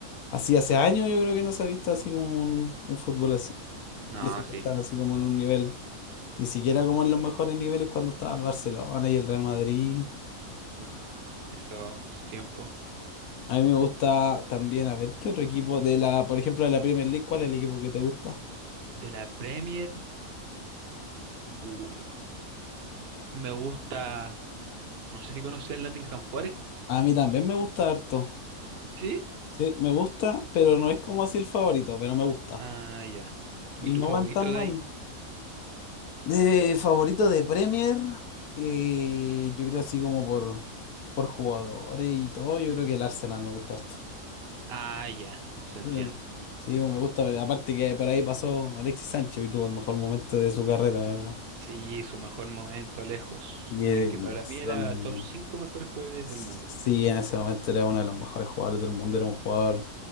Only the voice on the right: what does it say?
No,
sí.
No, esos tiempos.
De la Premier, uh, me gusta, no sé si conocía el Nottingham Forest.
¿Sí?
Ah, ya. ¿Y
tu
favorito
de
ahí?
Ah, ya, se entiende.
Sí, su mejor momento lejos,
en
el que para
mí era top 5 mejores jugadores
del mundo.